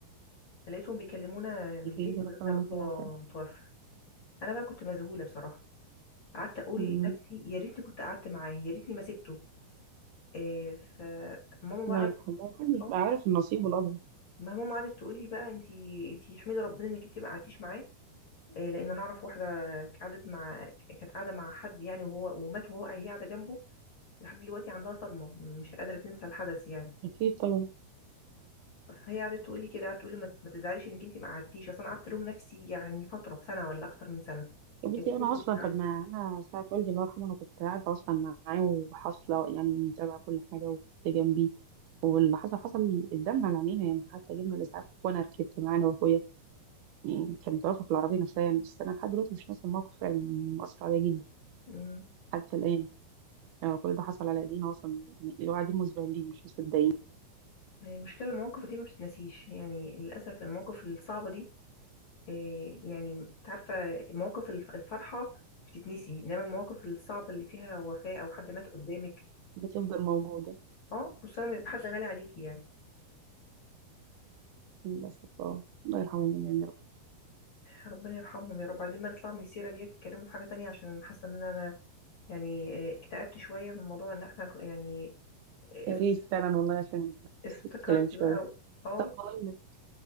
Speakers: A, on the left (about 35°); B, on the right (about 85°).
A: لقيتهم بيكلمونا من
B: يجي
A: البيت
B: كده
A: بيقولوا
B: كلام
A: لنا بابا
B: الله فعلا.
A: متوفى انا بقى كنت مذهوله بصراحه قعدت اقول
B: مم.
A: لنفسي يا ريتني كنت قعدت معاه يا ريتني ما سبته آه فماما بقى
B: الله
A: قعدت
B: يرحمه محدش
A: اه
B: بقى عارف النصيب والقدر
A: ما ماما قعدت تقول لي بقى انتي انتي احمدي ربنا انك انتي ما قعدتيش معاه آه لان انا اعرف واحده قعدت مع كانت قاعده مع حد يعني وهو ومات وهو هي قاعده جنبه لحد دلوقتي عندها صدمه مش قادره تنسى الحدث يعني
B: اكيد طبعا
A: فهي قعدت تقول لي كده قعدت تقول لي ما ما تزعليش انك انتي ما قعدتيش اصل انا قعدت الوم نفسي يعني فتره سنه ولا اكتر من سنه
B: يا بنتي
A: يا ريتني
B: انا
A: كنت
B: اصلا طب ما انا ساعه والدي الله يرحمه انا كنت قاعده اصلا معاه وحاصله يعني متابعه كل حاجه وكنت جنبي واللي حصل حصل قدامنا على عينينا يعني حتى جبنا الاسعاف وانا ركبت معاه انا واخويا يعني كان توفى في العربيه نفسها يعني بس انا لحد دلوقتي مش ناسي الموقف يعني مؤثر عليا جدا
A: مم.
B: حتى الان يعني كل ده حصل على ايدينا اصلا يعني اللي هو قاعدين مسبهلين مش مصدقين
A: ما هي مشكلة المواقف دي ما بتتنسيش يعني للأسف المواقف الصعبة دي إيه، يعني انت عارفة مواقف الف- الفرحة بتتنسي إنما المواقف الصعبة اللي فيها وفاة أو حد مات قدامك
B: بتفضل موجوده
A: اه خصوصا لما يبقى حد غالي عليكي يعني
B: للاسف اه الله يرحمهم يعني يا رب
A: ربنا يرحمهم يا رب عايزين بقى نطلع من السيرة ديت نتكلموا في حاجة تانية عشان حاسة إن أنا يعني إيه، اكتئبت شوية من موضوع إن احنا ك- يعني اف-
B: يا ريت فعلا والله عشان نفس
A: افتكرت
B: الكلام شويه
A: بقى اه
B: طب بقول لك